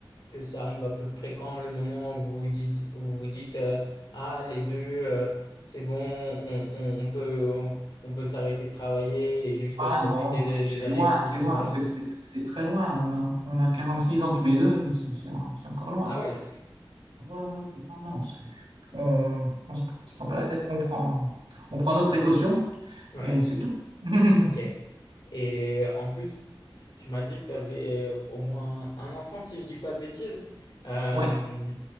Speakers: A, on the left; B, on the right.
A: que ça arrive à peu près quand le moment où vous vous dites, où vous vous dites, euh, ah les deux euh, c'est bon on, on- on peut on, on peut s'arrêter de travailler et juste
B: Ah
A: profiter
B: non,
A: des, des
B: c'est
A: années
B: loin,
A: qui,
B: c'est
A: qui
B: loin,
A: nous restent.
B: c'est c'est- c'est très loin. On a, on a 46 ans tous les deux, c'est c'est en- c'est encore loin.
A: Ah oui,
B: Euh, non, non, c'est- on on se, on se prend pas la tête, on prend, on prend nos précautions
A: ouais,
B: et c'est tout. <laughs>
A: ok. Et en plus tu m'as dit que tu avais au moins un enfant si je dis pas de bêtises. Euh,
B: Ouais,